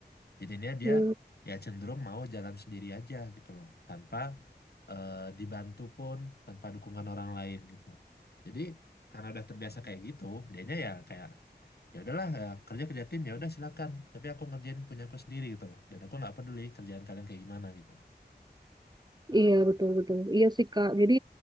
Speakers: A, on the left; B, on the right.
A: Jadinya dia
B: Hmm.
A: ya cenderung mau jalan sendiri aja gitu loh, tanpa eh, dibantu pun, tanpa dukungan orang lain gitu. Jadi karena udah terbiasa kayak gitu, dianya ya kayak ya udahlah ya, kerja kerja tim ya udah silakan, tapi aku ngerjain punya aku sendiri gitu loh. Dan aku nggak peduli kerjaan kalian kayak gimana gitu.
B: Iya betul betul. Iya sih Kak. Jadi